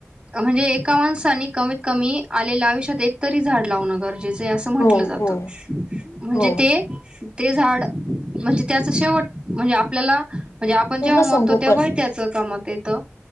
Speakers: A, on the right (about 30°); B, on the left (about 85°).
A: म्हणजे एका माणसानी कमीत कमी आलेल्या आयुष्यात एकतरी झाड लावणं गर असं म्हंटलं
B: हो
A: जात
B: हो
A: म्हणजे
B: हो
A: ते ते झाड म्हणजे त्याच शेवट म्हणजे आपल्याला म्हणजे आपण
B: पूर्ण
A: जेव्हा मरतो
B: संगोपन
A: तेव्हा त्याच कामात तेेतो